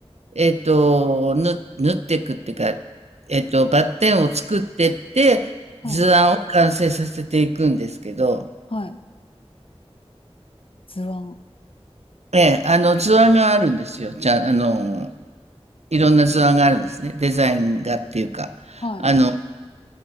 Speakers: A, on the right (about 80°); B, on the left (about 55°).
A: えっと、縫縫っていくっていうか、えっと、バッテンを作ってって、
B: はい。
A: 図案を完成させていくんですけど、
B: はい。図案。
A: ええ、あの、図案があるんですよ。じゃあ、あの、いろんな図案があるんですね。デザインがっていうか、
B: はい。
A: あの、